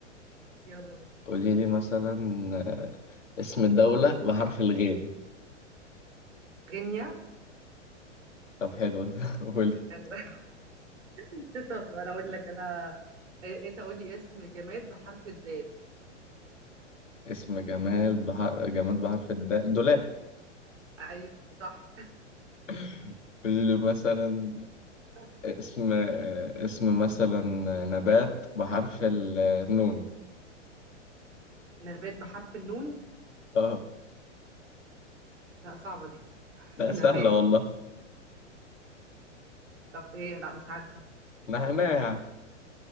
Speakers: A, on the right; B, on the left.
A: يلا بينا
B: قولي لي مثلا آه، اسم دولة بحرف الغين
A: غينيا
B: طب حلو ده <laughs> قولي
A: حلوه <laughs> طب انا اقول لك انا إيه- انت قول لي اسم جماد بحرف الدال
B: اسم جمال بحر جماد بحرف الدال دولاب
A: ايوه صح
B: <laughs> قولي لي مثلا
A: <laughs>
B: اسم اسم مثلا نبات بحرف النون
A: نبات بحرف النون
B: اه
A: لا صعبه دي <laughs>
B: لا
A: نبات
B: سهلة والله
A: طب ايه لا مش عارفه
B: نعناع يعني